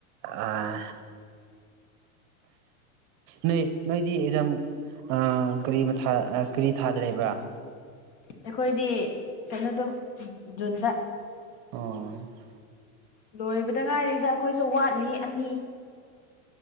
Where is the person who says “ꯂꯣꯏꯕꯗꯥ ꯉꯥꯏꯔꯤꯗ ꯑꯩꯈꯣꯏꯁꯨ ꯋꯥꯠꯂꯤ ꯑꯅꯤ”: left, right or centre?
Left